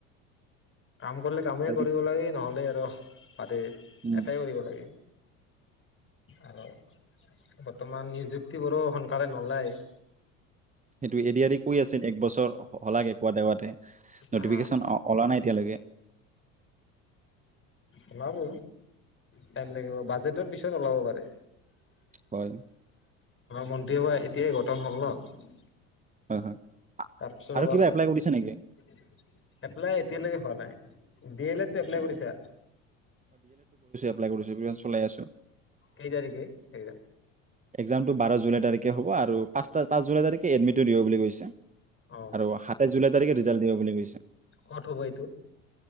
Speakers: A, on the left; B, on the right.
A: কাম কৰিলে কামেই
B: আৰু
A: কৰিব লাগে নহলে কহ বতেে
B: উম
A: এটাই কৰিব লাগে আৰু বৰ্তমান নিযুক্তিবোৰো সোনকালে নলয়
B: সেইটো এৰি এ কৈ আছিল এক বছৰ হলাগে পোৱা দেৱাতে নটিফিকেশন
A: অ
B: ওলা নাই এতিয়ালৈকে
A: ওলাব টাইম লাগিব বাজেটৰ পিছত ওলাব পাৰে
B: হয়
A: মন্ত্ৰীসভা এতিয়াই গঠন হ'ল ন
B: হয় হয়
A: তাৰপিছত
B: আৰু
A: অলপ
B: কিবা
A: অলপ
B: এপ্লাই কৰিছে নেকি
A: এপলাই এতিয়ালৈকে হোৱা নাই বি এল এডটো এপ্লাই
B: অ
A: কৰিছা
B: চ আছ
A: কেই তাৰিখে একদম
B: এক্জামটো বাৰ জুল তাৰিখে হ'ব আৰু পাঁচটা পাঁচ জুলাই তাৰিখে এডমিটটো দিব বুলি কৈছে
A: অ
B: আৰু সাত জুলাই তাৰিখে ৰিজাল্ট দিব বুলি কৈছে
A: ক'ত হ'ব এইটো